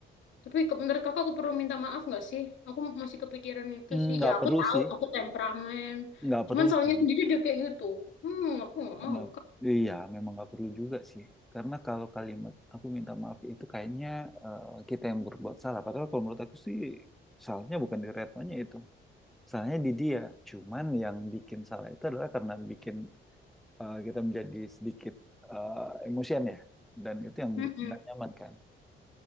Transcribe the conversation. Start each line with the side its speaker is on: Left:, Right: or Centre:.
Left: tapi ke- menurut Kakak aku perlu minta maaf nggak sih? Aku masih kepikiran itu
Centre: Hmm,
Left: sih.
Centre: Nggak
Left: Ya aku
Centre: perlu
Left: tahu
Centre: sih,
Left: aku temperamen.
Centre: nggak
Left: Cuman
Centre: perlu
Left: salahnya
Centre: sih.
Left: sendiri dia kayak gitu. Hmm, aku nggak
Centre: Nggak,
Left: mau
Centre: iya, memang nggak perlu juga sih. Karena kalau kalimat aku minta maaf itu kayaknya eh, kita yang berbuat salah. Padahal kalau menurut aku sih salahnya bukan di retnonya itu. Salahnya di dia. Cuman yang bikin salah itu adalah karena bikin eh, kita menjadi sedikit eh, emosian ya dan itu yang
Left: Kak.
Centre: bikin nggak nyaman kan